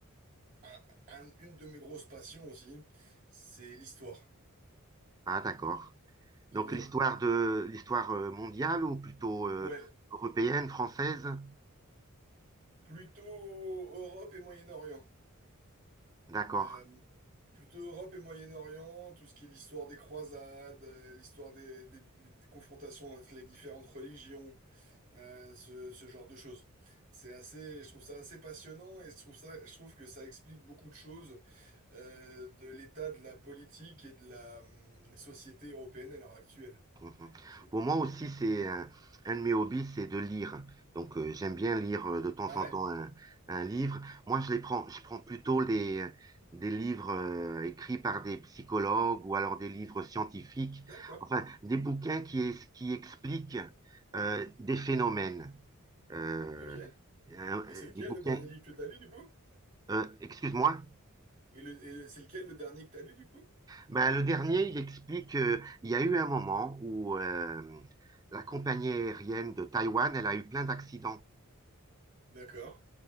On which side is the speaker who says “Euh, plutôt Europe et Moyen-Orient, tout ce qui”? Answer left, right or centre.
Right